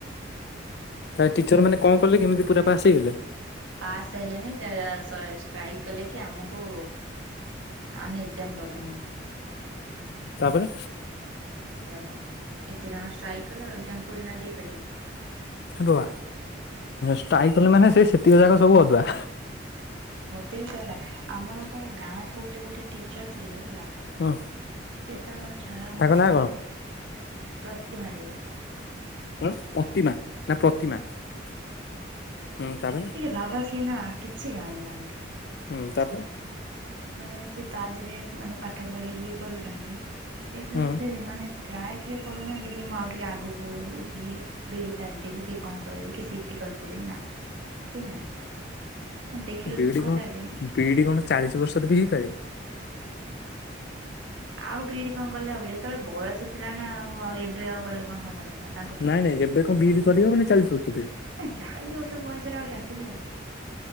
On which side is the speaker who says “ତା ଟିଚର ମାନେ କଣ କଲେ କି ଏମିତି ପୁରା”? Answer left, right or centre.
Left